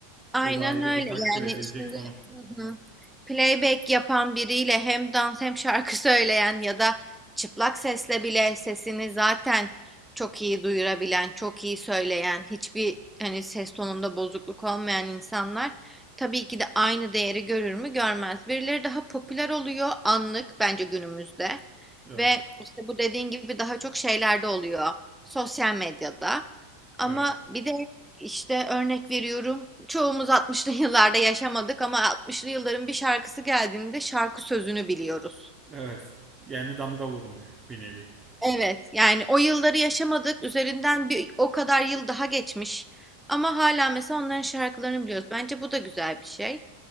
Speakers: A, in the centre; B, on the right.
A: aynen
B: O da ayrı
A: öyle
B: bir takdir
A: yani
B: edilecek
A: şimdi
B: konu.
A: hı hı. playback yapan biriyle hem dans hem şarkı <laughs> söyleyen ya da çıplak sesle bile sesini zaten çok iyi duyurabilen, çok iyi söyleyen, hiçbir hani ses tonunda bozukluk olmayan insanlar tabii ki de aynı değeri görür mü görmez. Birileri daha popüler oluyor anlık bence günümüzde
B: Evet.
A: ve işte bu dediğin gibi daha çok şeylerde oluyor sosyal medyada. Ama
B: Evet.
A: bir de İşte örnek veriyorum. Çoğumuz 60'lı <laughs> yıllarda yaşamadık ama 60'lı yılların bir şarkısı geldiğinde şarkı sözünü biliyoruz.
B: Evet. Yani damga vurmuş bir nevi.
A: Evet, yani o yılları yaşamadık. Üzerinden bir o kadar yıl daha geçmiş. Ama hala mesela onların şarkılarını biliyoruz. Bence bu da güzel bir şey.